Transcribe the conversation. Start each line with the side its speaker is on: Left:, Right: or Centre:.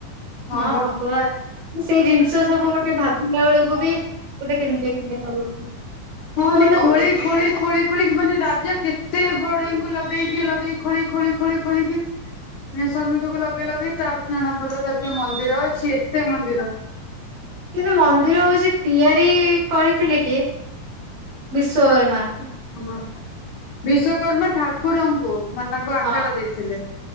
Left: ହଁ
Right: ମା
Left: ବା
Right: ଭଗବାନ ସେଇ ଜିନିଷ ସବୁ ମାନେ ଭାବିଲା ବେଳକୁ ବି ଗୋଟେ କେମିତିଆ କେମିତିଆ ଲାଗୁଛି
Left: ହଉନି
Right: ହଉନା
Left: ଖୋଳି ଖୋଳି ଖୋଳି ଖୋଳିକି ମାନେ ରାଜା କେତେ ବଢେଇଙ୍କୁ ଲଗେଇକି ଲଗେଇ ଖୋଳି ଖୋଳି ଖୋଳି ଖୋଳିକି ଶ୍ରମିକଙ୍କୁ ଲଗେଇ ଲଗେଇ ତାପରେ ଜଣା ପଡିଲା ଏତେ ମନ୍ଦିର ଅଛି ଏତେ ମନ୍ଦିର
Right: କିନ୍ତୁ ମନ୍ଦିର ହଉଛି ତିଆରି କରିଥିଲେ କିଏ ବିଶ୍ବବର୍ମା
Left: ହଁ ବିଶ୍ଵକର୍ମା ଠାକୁରଙ୍କୁ ମାନେ ତାଙ୍କୁ ଆକାର
Right: ହଁ
Left: ଦେଇଥିଲେ ।